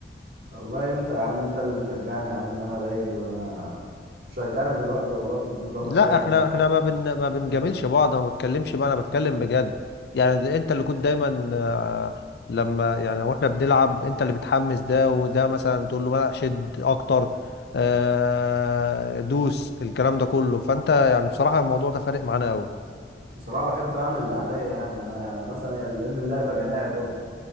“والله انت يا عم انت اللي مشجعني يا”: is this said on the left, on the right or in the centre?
Right